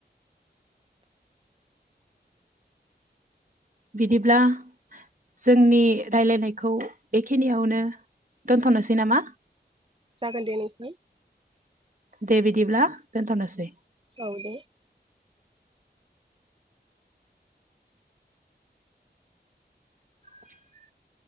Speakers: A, on the right; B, on the right.
A: बिदिब्ला जोंनि राय्लायनायखौ बेखिनियावनो दोनथ'नोसै नामा?
B: जागोन दे नोंथां
A: दे बिदिब्ला दोन्थ' नोसै
B: औ दे
A: <unintelligible>